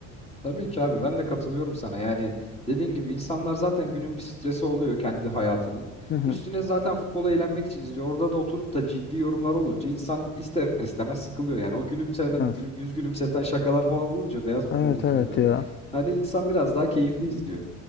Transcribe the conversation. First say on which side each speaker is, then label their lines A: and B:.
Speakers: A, on the left; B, on the left.
A: Tabii ki abi ben de katılıyorum sana. Yani dediğin gibi insanlar zaten günün bir stresi oluyor kendi hayatının.
B: Hı hı.
A: Üstüne zaten futbola eğlenmek için izliyor. Orada da oturup da ciddi yorumlar olunca insan ister istemez sıkılıyor. Yani o gülümseme,
B: Evet.
A: gülüm, yüz gülümseten şakalar falan olunca beyaz futboldaki
B: Evet evet
A: gibi.
B: ya.
A: Hani insan biraz daha keyifli izliyor.